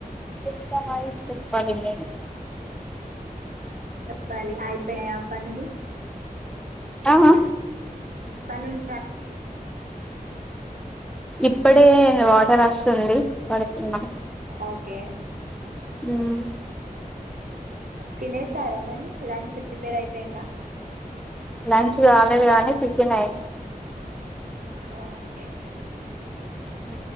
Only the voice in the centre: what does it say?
ఇంకా మరి చెప్పాలి మీరే
ఆ ఆ
ఇప్పుడే వాటర్ వస్త తుంది పడుకున్నా
ఉమ్
లంచ్ కాలేదు కాగానీ చటిఫెన్ అయి
ఓ